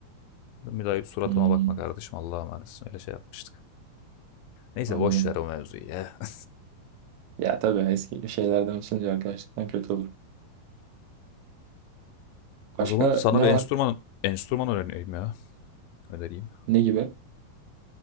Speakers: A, on the left; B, on the right.
A: Dedim, bir daha suratıma
B: hmm,
A: bakma kardeşim. Allah'a emanetsin. Öyle şey yapmıştık. Neyse
B: anladım.
A: boş ver o mevzuyu ya. <laughs>
B: Ya tabii eski şeylerden açılınca arkadaşlıktan kötü olur.
A: O
B: Başka
A: zaman sana
B: ne
A: bir enstrüman
B: var?
A: enstrüman öğreneyim ya. Önereyim.
B: Ne gibi?